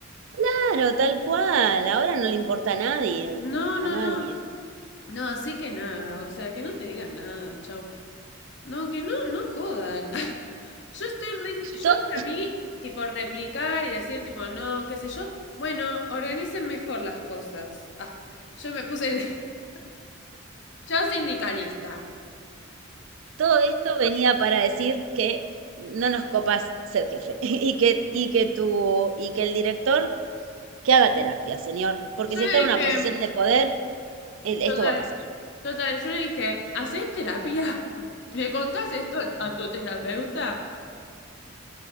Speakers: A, on the right; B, on the left.
A: Claro, tal cual, ahora no le importa a nadie,
B: No, no,
A: a nadie.
B: no. No, así que nada, o sea, que no te digan nada, chau. No, que no, no jodan. <laughs> Yo estoy re- yo
A: To-
B: para mí, tipo, replicar y decir, tipo, no, qué sé yo. Bueno, organicen mejor las cosas. Ah, yo me puse, <laughs> yo sindicalista.
A: todo esto venía para decir que no nos copas ser jefe <laughs> y que, y que tu, y que el director que haga terapia, señor, porque
B: Yo
A: si
B: le
A: está
B: dije,
A: en una posición de poder, el- esto
B: total,
A: va a pasar.
B: total, yo le dije, ¿hacés terapia? <laughs> ¿Le contás esto a tu terapeuta?